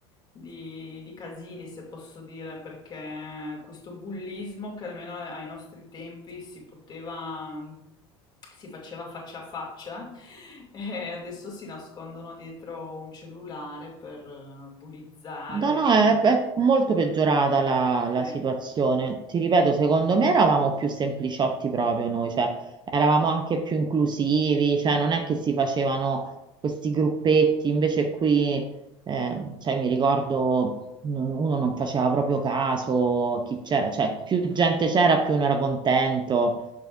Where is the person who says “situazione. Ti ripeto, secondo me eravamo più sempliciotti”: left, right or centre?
Right